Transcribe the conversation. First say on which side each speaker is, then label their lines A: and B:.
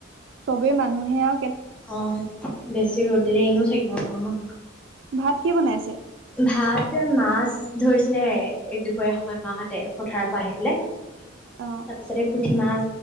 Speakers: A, on the right (about 65°); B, in the centre.
A: চবে মানুহে আ।
B: অ', বেছি ৰ'দ দিলে এনেও থাকিব নোৱাৰো ন।
A: ভাত কি বনাইছে?
B: ভাত মাছ ধৰিছিলেৰে দুপৰীয়া সময়ত মাহাহতে পথাৰ পৰা আহি পেলাই। তাৰপিছতে
A: অ
B: পুঠি মাছ।